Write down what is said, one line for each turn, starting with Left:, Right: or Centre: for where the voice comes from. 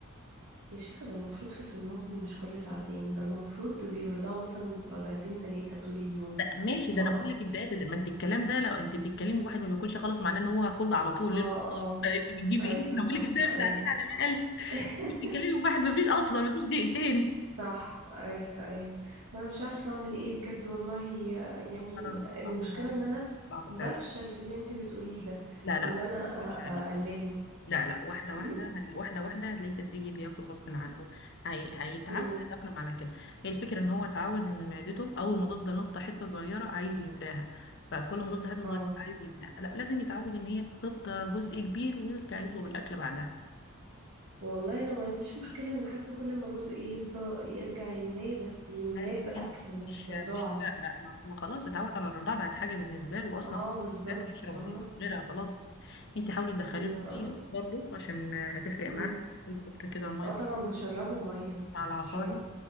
Right: يا شيخة ده المفروض في سنهم مش كل ساعتين ده المفروض بيرضعوا مثلا رضعتين تلاتة طول اليوم
Left: ده ماشي ده
Right: فقط
Left: انا بقول لك بدايه ما انت الكلام ده لو انت بتتكلمي واحد ما بياكلش خلاص معناه ان هو كله على طول
Right: اه
Left: ليه <laughs>
Right: اه
Left: انت بتجيبي
Right: ايوه
Left: ايه انا
Right: صح
Left: بقول لك ابداي بساعتين
Right: ايوه
Left: على الاقل
Right: <laughs>
Left: انت بتتكلمي بواحد ما فيش اصلا ما فيش دقيقتين
Right: صح ايوه ايوه ما انا مش عارفه اعمل ايه بجد والله يعني
Left: انا
Right: المشكله
Left: صعبه
Right: ان انا
Left: صعبه
Right: بفشل
Left: فعلا
Right: في اللي انتي بتقوليه ده
Left: لا لا
Right: ان انا
Left: بس مش
Right: أ-
Left: عليه
Right: اقلله
Left: لا لا واحدة واحدة
Right: امم
Left: هت... واحدة واحدة هتلاقيه تدريجي بياكل غصب عنه هي... هيتعود
Right: امم
Left: يتأقلم على كده هي الفكرة ان هو اتعود ان معدته اول ما تفضل نقطة حتة صغيرة عايز يملاها فكل ما تفضل حتة صغيرة
Right: اه
Left: عايز يملاها لا لازم يتعود ان هي تفضى جزء كبير ويرجع يطلب الأكل بعدها
Right: والله انا ما عنديش مشكله ان حتى كل ما جزء يفضى يرجع يملاه بس يملاه
Left: هي
Right: باكل
Left: كده مش
Right: مش برضاعه
Left: مش لا لا ما هو خلاص اتعود على الرضاعة بقت حاجة بالنسبة له أصلا
Right: اه
Left: مش
Right: بالظبط
Left: قادر يشرب
Right: فاهمه
Left: ولا ياكل غيرها خلاص انت حاولي تدخلي
Right: يا-
Left: له ميه برضه عشان هتفرق معاه
Right: مم.
Left: كل فترة كده الميه
Right: اه طبعا بشربه ميه
Left: على العصاير
Right: بشربه